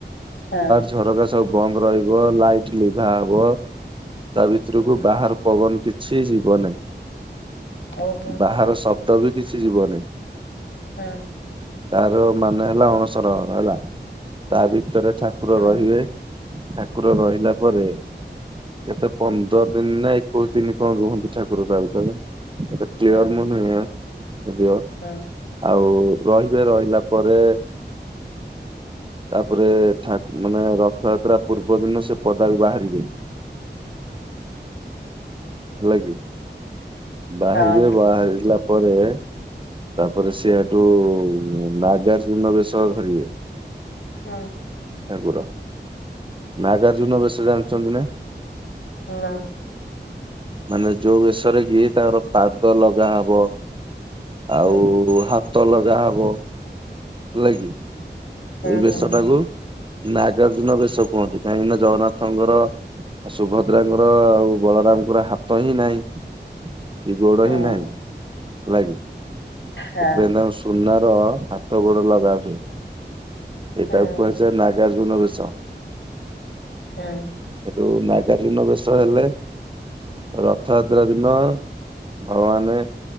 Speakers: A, on the left; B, on the right.
A: ହଁ।
B: ଝରକା ସବୁ ବନ୍ଦ ରହିବ ଲାଇଟ୍ ଲିଭା ହବ ତାଭିତରକୁ
A: ହୁଁ।
B: ବାହାର ପବନ କିଛି ଯିବନାହିଁ
A: ଓହୋ
B: ବାହାର ଶବ୍ଦବି କିଛି ଯିବନି।
A: ହୁଁ।
B: ତାର ମାନେ ହେଲା ଅଣସରହର ହେଲା ତା ଭିତରେ ଠାକୁ ଠାକୁର
A: ହଁ
B: ରହିବେ ଠାକୁର ରହିଲା ପରେ କେତେ ପନ୍ଦର ଦିନିନା ଏକୋଇଶି ଦିନ୍ କଣ ରୁହନ୍ତି ଠାକୁର ତା ଭିତରେ ସେ କ୍ଲିୟର
A: ହଁ
B: ମନେନାହିଁ ଏବେଓ
A: ହଁ।
B: ଆଉ ରହିବେ ରହିଲା ପରେ
A: <inaudible>
B: ତାପରେ ମାନେ ରଥଯାତ୍ରା ପୂର୍ବ ଦିନ ସେ ପଦାକୁ ବାହାରିବେ। ହେଲାକିି ବାହାରିବେ
A: ହଁ
B: ବାହାରିଲା ପରେ ତାପରେ ସିଏ ଏଠୁ ନାଗାର୍ଜୁନ ବେଶ ଧରିବେ।
A: ହଁ।
B: ଠାକୁର ନାଗାର୍ଜୁନ ବେଶ ଜାଣିଚନ୍ତି ନା?
A: ହାଲୋ।
B: ମାନେ ଯୋଉ ବେଶରେକି ତାଙ୍କର ପାଦ ଲଗା ହବ ଆଉ
A: ହୁଁ
B: ହାତ ଲଗାହବ ହେଲାକି ସେଏ
A: ହୁଁ ହୁଁ
B: ବେଶଟାକୁ
A: ହୁଁ
B: ନାଗାର୍ଜୁନ ବେଶ କୁହନ୍ତି କାହିଁକିନା ଜଗନ୍ନାଥଙ୍କର ସୁଭଦ୍ରାଙ୍କର ଆଉ ବଳରାମଙ୍କ ହାତହିଁ ନାହିଁ କି ଗୋଡ଼ହିଁ
A: ହୁଁ
B: ନାହିଁ ହେଲାକି।
A: ହଁ
B: ସେଥିପାଇଁ ତାଙ୍କ ସୁନାର ହାତ ଗୋଡ଼ ଲଗା ହୁଏ। ଏଟାକୁ
A: ହୁଁ
B: କୁହାଯାଏ ନାଗାର୍ଜୁନ ବେଶ।
A: ହୁଁ।
B: ହେଠୁ ନାଗାର୍ଜୁନ ବେଶ ହେଲେ ରଥଯାତ୍ରା ଦିନ ଭଗବାନ ଆଉ ଆମେ